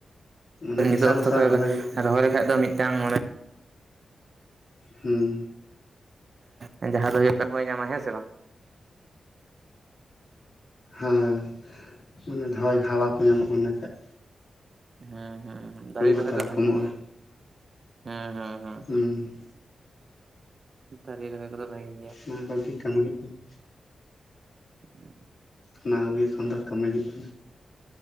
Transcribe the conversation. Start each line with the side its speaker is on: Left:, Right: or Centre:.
Left: ᱢᱟᱱᱮ ᱢᱮᱥᱟᱞ
Right: ᱱᱤᱛᱚᱜ ᱚᱠᱛᱚ
Left: ᱢᱮᱥᱟᱞ
Right: ᱯᱮ
Left: ᱨᱚᱦᱚᱭ ᱦᱩᱭᱩᱜ
Right: ᱨᱚᱦᱚᱭ ᱞᱮᱠᱷᱟᱡ ᱫᱚ ᱢᱤᱫᱴᱟᱝ ᱚᱱᱮ
Left: ᱦᱩᱸ
Right: ᱦᱮᱸ ᱡᱟᱦᱟᱸ ᱫᱚ ᱦᱩᱭᱩᱜ ᱠᱟᱱ ᱦᱳᱭ ᱧᱟᱢᱟ ᱦᱮᱸ ᱥᱮ ᱵᱟᱝ
Left: ᱦᱚᱭ ᱢᱟᱱᱮ ᱦᱚᱭ ᱦᱟᱣᱟ ᱠᱚ ᱧᱟᱢᱚᱜᱼᱟ ᱤᱱᱟᱹᱠᱷᱟᱡ
Right: ᱦᱮᱸ ᱦᱮᱸ ᱫᱟᱨᱮ ᱨᱚᱦᱚᱭ
Left: ᱛᱷᱚᱲᱟ
Right: ᱫᱚ
Left: ᱠᱚᱢᱚᱜᱼᱟ
Right: ᱵᱷᱟᱜᱤ ᱜᱮᱭᱟ ᱦᱮᱸ ᱦᱮᱸ ᱦᱮᱸ
Left: ᱦᱩᱸ
Right: ᱫᱟᱨᱮ ᱨᱚᱦᱚᱭ ᱠᱚ ᱫᱚ ᱵᱷᱟᱜᱮ᱾
Left: ᱚᱱᱟ ᱠᱚᱜᱮ ᱠᱟᱹᱢᱤ ᱦᱩᱭᱩᱜ ᱠᱟᱱᱟ
Right: ᱦ <unintelligible>
Left: ᱚᱱᱟ ᱠᱚᱜᱮ ᱠᱷᱟᱱ ᱫᱚ ᱠᱟᱹᱢᱤ ᱦᱩᱭᱩᱜ ᱠᱟᱱᱟ